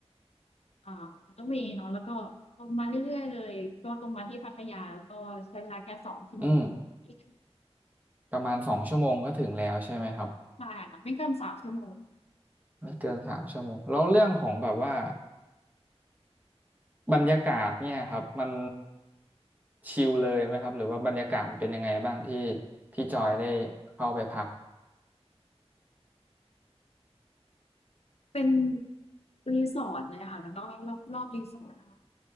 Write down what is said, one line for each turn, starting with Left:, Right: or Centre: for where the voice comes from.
Left: อ่ามอเตอร์เวย์เนาะแล้วก็ตรงมาเรื่อยๆเลยก็ตรงมาที่พัทยาแล้วก็ใช้เวลาแค่สองชั่วโมงใช
Right: อืมประมาณสองชั่วโมงก็ถึงแล้วใช่ไหมครับ
Left: ่ค่ะไม่เกินสามชั่วโมง
Right: ไม่เกินสามชั่วโมงแล้วเรื่องของแบบว่าบรรยากาศเนี่ยครับมันชิลเลยไหมครับหรือว่าบรรยากาศเป็นยังไงบ้างที่พี่จอยได้เข้าไปพัก
Left: เป็นรีสอร์ทเลยค่ะแล้วก็รอบรอบรีสอร์ทอะคะ